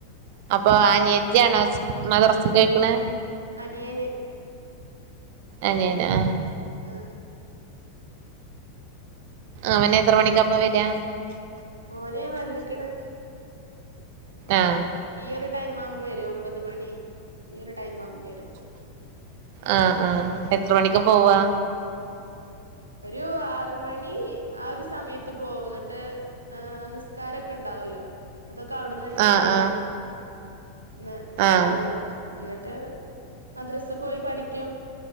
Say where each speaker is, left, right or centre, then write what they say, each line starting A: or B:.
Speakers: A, on the right; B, on the right.
A: അപ്പൊ അനിയത്തി ആണോ മദ്രസക്കൊയ്ക്ക്‌ണെ.
B: അനിയന്
A: അനിയന് ആഹ്
B: ആഹ്
A: അവന് എത്ര മണിക്കപ്പ വരാ
B: ഓനെ വന്ന്ക്കണ്
A: ആഹ്
B: ഈ ഒരു ടൈം ആവുമ്പോ വരും ഒമ്പത് മണി ഈ ഒരു ടൈം ആവുമ്പോ വരും <inaudible>
A: ആഹ് ആഹ് എത്ര മണിക്ക് പോവാ
B: ഒരു ആറുമണി ആ ഒരു സമയത്ത് പോകുന്നിട്ട് ഏ നിസ് കാരൊക്കെ ഉണ്ടാവല്ലോ അതൊക്കെ അവിടുന്ന് തന്നെ
A: ആഹ്
B: കഴിക്കും.
A: ആഹ്
B: ന്ന്
A: ആഹ്
B: ന്ന്ട്ട് എന്നിട്ട് മദ്രസ് പോയി പഠിക്കും